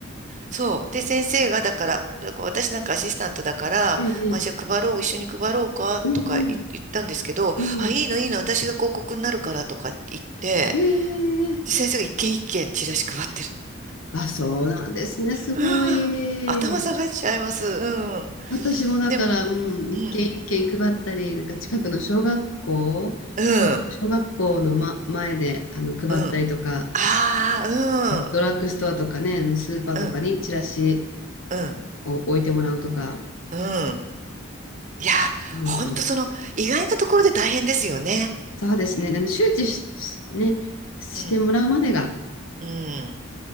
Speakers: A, on the right (about 35°); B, on the left (about 70°).
A: そう。で、先生が、だから、だから私なんかアシスタントだから、
B: ええ、
A: あ、じゃあ配ろう、一緒に配ろうか、
B: うんうん。
A: とか言言ったんですけど、
B: うん。
A: あ、いいの、いいの、私が広告になるから、とか言って、
B: ええ。
A: で先生が一軒一軒チラシ配ってるの。
B: あ、そうなんですね。すごい。
A: うわ、頭下がっちゃいます。うん。
B: 私もだから、
A: でも、
B: うん、一軒一軒配ったり、
A: うん、
B: なんか近くの小学校、
A: うん、
B: 小、小学校の、ま、前であの配ったりとか、
A: うん。ああ、
B: ドラッグストアとかね、スーパーとかにチラシ
A: うん、うん、うん。
B: を置いてもらうとか、
A: うん。いや、
B: います。
A: ほんとその、意外なところで大変ですよね。
B: そうですね。あの周知し、しね、してもらうまでが
A: うん。うん。